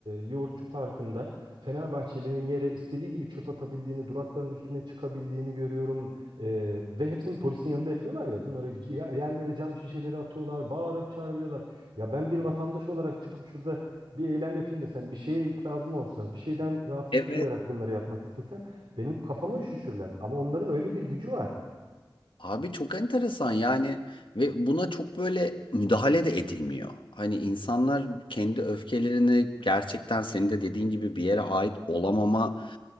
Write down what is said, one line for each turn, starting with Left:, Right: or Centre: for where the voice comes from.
Right: Yoğurtçu Parkı'nda Fenerbahçelilerin yere istediği gibi çöp atabildiğini, durakların üstüne çıkabildiğini görüyorum. Ee, ve hepsini polisin yanında yapıyorlar ya, bunları ci- yerlere cam şişeleri atıyorlar, bağırıp çağırabiliyorlar. Ya ben bir vatandaş olarak çıkıp şurada bir eylem yapayım desem, bir şeye itirazım olsa, bir şeyden rahatsızlık
Left: Evet.
Right: duyarak bunları yapmak istesem, benim kafama üşüşürler. Ama onların öyle bir gücü var.
Left: Abi çok enteresan yani ve buna çok böyle müdahale de edilmiyor. Hani insanlar kendi öfkelerini gerçekten senin de dediğin gibi bir yere ait olamama